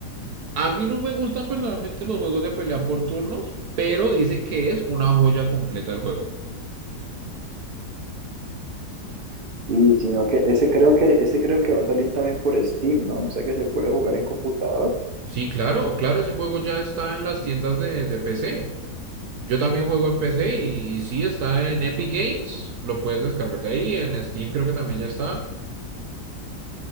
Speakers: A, on the right (about 65°); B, on the right (about 35°).
A: A mí no me gustan personalmente los juegos de pelea por turnos, pero dicen que es una joya completa del juego.
B: Sí, sino que ese creo que ese creo que va a salir también por Steam, ¿no? O sea que se puede jugar en computador
A: Sí, claro, claro, ese juego ya está en las tiendas de, de PC. Yo también juego en PC y, y sí está en Epic Games, lo puedes descargar de ahí, en Steam creo que también ya está.